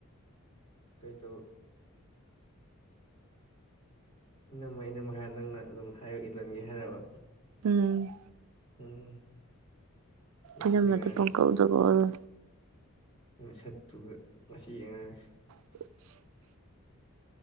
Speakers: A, on the left (about 30°); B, on the right (about 75°).
A: ꯀꯩ ꯇꯧ ꯏꯅꯝꯃ ꯏꯅꯝꯃ ꯍꯥꯏꯔ ꯅꯪꯅ ꯑꯗꯨꯝ ꯍꯥꯏꯕ ꯏꯜꯂꯒꯦ ꯍꯥꯏꯔꯕ
B: ꯎꯝ
A: ꯎꯝ ꯃꯁꯤ
B: ꯏꯅꯝꯃꯗ
A: ꯑꯉꯥꯡꯁꯦ
B: ꯄꯪ ꯀꯧꯗ ꯀꯧꯔꯂꯣꯏꯔꯦ
A: ꯃꯁꯛꯇꯨꯒ ꯃꯁꯤ ꯑꯉꯥꯡꯁꯦ
B: <inaudible>